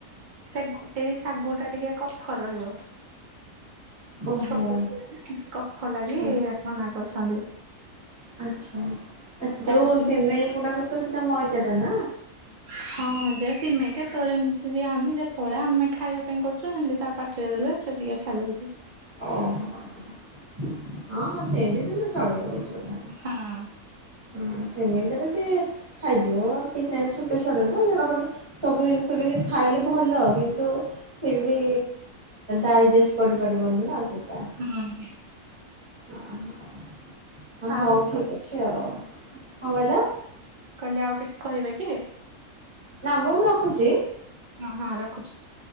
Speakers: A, on the right; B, on the right.
A: ସେ ଗୁଟେ ଶାଗୁ ଟା ଟିକେ କଫ ରହିବ।
B: ଓହୋ
A: ଛୋଟ ଛୁଆ ନା କଫ ଲାଗି
B: ହଁ।
A: ମନା କରୁଛନ୍ତି।
B: ଆଚ୍ଛା ଆ ସ
A: ତାର
B: ଯୋଉ
A: ଟିକେ
B: ସୀମେଇ ଗୁଡ଼ାକ ତ ସେଟା ମଇଦାଟା ନା?
A: ହଁ ଯେ ସିମେଇଁ କେତେବେଳେ ଏମିତି ଦିଆହଉନି ଯେତେବେଳେ ଆମେ ଖାଇବା ପାଇଁ କରୁଛୁ ଏମିତି ତା ପା ଟି ରେ ଦେଲେ ସେ ଟିକେ ଖାଇଦଉଛି।
B: ଓହୋ ଆ୍ଛା ହଁ ହଁ ସେମତି ଦେଲେ ଚଳିବ କିଛି କଥା ନାହିଁ।
A: ହଁ।
B: ହୁଁ ସେମିତି ହେଲେ ସିଏ ଖାଇଯିବ କିଛି ନାଇଁ ଛୋଟ ଛୁଆଟା ନା ଜଣ ମ ସବୁ ଜିନିଷ ବି ଖାଇଲେ ଭଲ କିନ୍ତୁ ଫିର୍ ବି ଡାଇଜେଷ୍ଟ କରିପାରିବନି ନା ସେଇଟା।
A: ହୁଁ।
B: ହହ ହଁ
A: ଆଉ
B: ହଉ
A: କିଛି
B: ଠିକ୍ ଅଛି ଆଉ କଣ କହିଲ?
A: କହିଲି ଆଉ କିଛି କହିବେ କି?
B: ନ ମୁଁ ରଖୁଛି?
A: ହଁ ହଁ ରଖୁଛି।